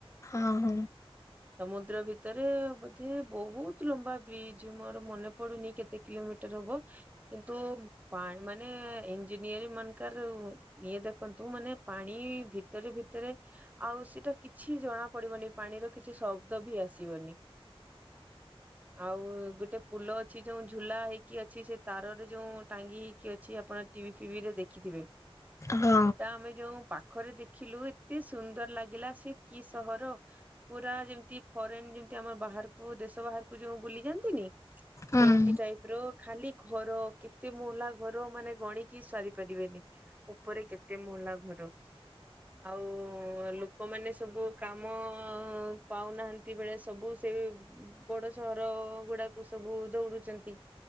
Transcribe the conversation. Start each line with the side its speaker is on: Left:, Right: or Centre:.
Left: ହଁ ହଁ।
Right: ସମୁଦ୍ର ଭିତରେ ବୋଧେ ବୋହୁତ ଲମ୍ବା ବ୍ରିଜ ମୋର ମନେ ପଡୁନି କେତେ କିଲୋମିଟର ହବ। କିନ୍ତୁ ପାଣି ମାନେ ଇଞ୍ଜିନିୟରି ମାନଙ୍କରୁ ଇଏ ଦେଖନ୍ତୁ ମାନେ ପାଣି ଭିତରେ ଭିତରେ ଆଉ ସେଇଟା କିଛି ଜଣା ପଡିବନି। ପାଣିର କିଛି ଶବ୍ଦ ବି ଆସିବନି। ଆଉ ଗୋଟେ ପୁଲ ଅଛି ଯୋଉ ଝୁଲା ହେଇକି ଅଛି ସେ ତାରରେ ଯୋଉ ଟାଙ୍ଗି ହେଇକି ଅଛି ଆପଣ ଟିଭି ଫିଭିରେ ଦେଖିଥିବେ।
Left: ହଁ
Right: ସେଟା ଆମେ ଯୋଉ ପାଖରେ ଦେଖିଲୁ ଏତେ ସୁନ୍ଦର ଲାଗିଲା ସେ କି ସହର? ପୁରା ଯେମିତି ଫରେନ ଯେମତି ଆମର ବାହାରକୁ ଦେଶ ବାହାରକୁ ଯଉ ବୁଲି ଯାଆନ୍ତିନି?
Left: ହଁ
Right: ସେମତି
Left: ହଁ
Right: ଟାଇପ ର ଖାଲି ଘର କେତେ ମହଲା ଘର ମାନେ ଗଣିକି ସରି ପାରିବେନି। ଉପରେ କେତେ ମଲା ଘର ଆଉ ଲୋକମାନେ ସବୁ କାମ ମ ପାଉନାହାନ୍ତି ବେଳେ ସବୁ ସେ ବଡ ସହର ଗୁଡାକ ସବୁ ଦୌଡୁଛନ୍ତି